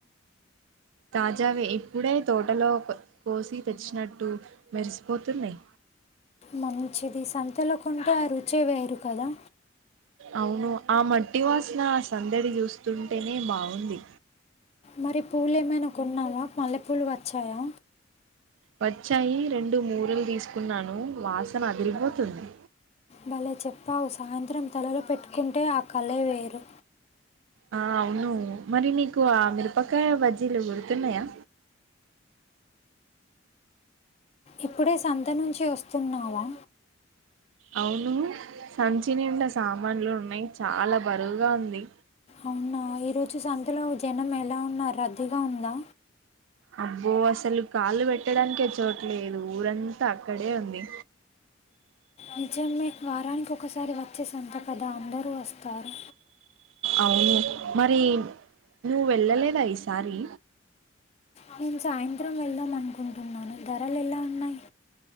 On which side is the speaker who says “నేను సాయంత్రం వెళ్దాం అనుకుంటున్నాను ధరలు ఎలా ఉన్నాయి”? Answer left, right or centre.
Left